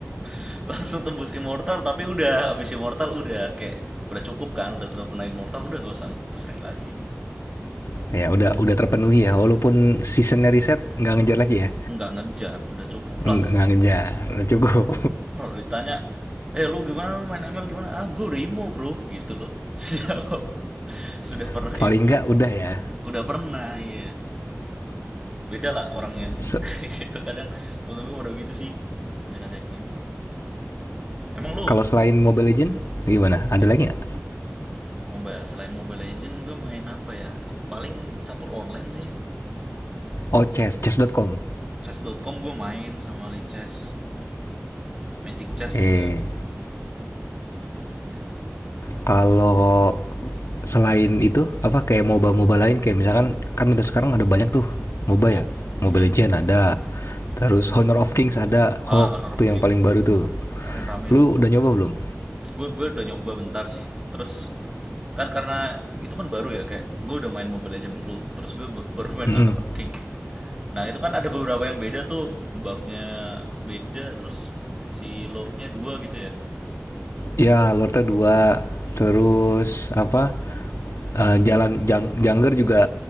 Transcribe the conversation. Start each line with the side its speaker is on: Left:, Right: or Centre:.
Right: <laughs> Langsung tembus immortal tapi udah abis immortal udah kayak udah cukup kan udah udah pernah immortal udah nggak usah sering lagi
Left: Ya udah udah terpenuhi ya walaupun seasonnya riset nggak ngejar lagi ya
Right: nggak ngejar udah cukup lah
Left: Nggak ngejar udah cukup
Right: kalau ditanya eh lu gimana lu main ML gimana ah gue udah imo bro gitu loh <laughs> Terus Jawab. sudah
Left: <laughs>
Right: pernah
Left: paling
Right: imo,
Left: nggak udah ya
Right: udah pernah iya beda lah orang yang
Left: Se-
Right: <laughs> itu kadang temen-temen gue pada begitu sih ngajak-ngajakin Emang lu
Left: kalau selain Mobile Legend gimana ada
Right: ya,
Left: lagi nggak
Right: MOBA selain Mobile Legend gue main apa ya? Paling catur online sih.
Left: oh chess chess.com
Right: Chess.com gue main sama Lee Chess. Magic Chess
Left: oke
Right: juga. Ya.
Left: kalau selain itu apa kayak MOBA MOBA lain kayak misalkan kan udah sekarang ada banyak tuh MOBA
Right: Oh,
Left: ya Mobile
Right: iya.
Left: Legend ada terus Honor of Kings
Right: Dalam.
Left: ada Hawk
Right: Ah, Honor of
Left: tuh yang
Right: King.
Left: paling baru tuh
Right: Kemarin rame
Left: lu
Right: tuh.
Left: udah nyoba belum
Right: Gue gue udah nyoba bentar sih. Terus kan karena itu kan baru ya kayak gue udah main Mobile Legend dulu. Terus gue ba- baru main
Left: Mm-mm.
Right: Honor of King. Nah, itu kan ada beberapa yang beda tuh. Buffnya beda terus si Lordnya dua gitu ya.
Left: Ya, Lorta 2. Terus apa? eh, jalan Jang- Jangger juga